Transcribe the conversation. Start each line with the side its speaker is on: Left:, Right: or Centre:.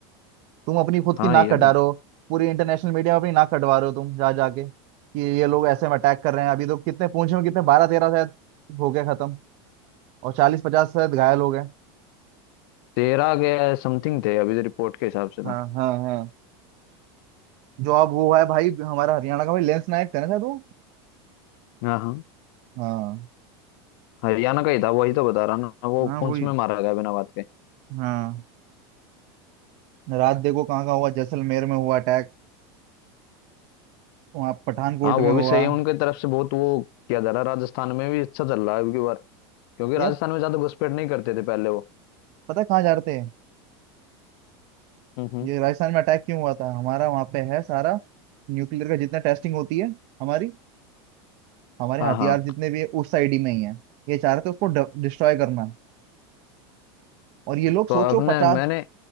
Right: तुम अपनी खुद की
Left: हाँ
Right: नाक
Left: ये
Right: कटा
Left: तो
Right: रहे हो पूरी इंटरनेशनल मीडिया में अपनी नाक कटवा रहे हो तुम जा जाके कि ये लोग ऐसे में अटैक कर रहे हैं अभी तो कितने पूंछ में कितने बारह तेरह शायद हो गया खत्म और चालीस पचास शायद घायल हो गए
Left: तेरह के समथिंग थे अभी रिपोर्ट के हिसाब से तो
Right: हाँ हाँ हाँ जो अब वो है भाई हमारा हरियाणा का भाई लेंस नायक था ना शायद वो
Left: हाँ हाँ
Right: हाँ
Left: हरियाणा का ही था वही तो बता रहा ना वो
Right: हाँ
Left: पुंछ
Right: वही
Left: में मारा गया बिना बात के
Right: हाँ रात देखो कहाँ का हुआ जैसलमेर में हुआ अटैक वहाँ पठानकोट
Left: हाँ वो
Right: में हुआ
Left: भी सही है उनके तरफ से बहुत वो किया जा रहा है राजस्थान में भी अच्छा चल रहा है अबकी बार क्योंकि राजस्थान
Right: यार
Left: में ज्यादा घुसपैठ नहीं करते थे पहले वो
Right: पता है कहाँ जा रहे थे
Left: हम्म
Right: ये राजस्थान में अटैक क्यों हुआ था हमारा वहाँ पे है सारा न्यूक्लियर का जितना टेस्टिंग होती है हमारी हमारे
Left: हाँ
Right: हथियार
Left: हाँ
Right: जितने भी है उस साइड ही में ही है ये चाह रहे थे उसको डिस्ट्रॉय करना और ये लोग सोचो
Left: तो अपने
Right: पचास
Left: मैंने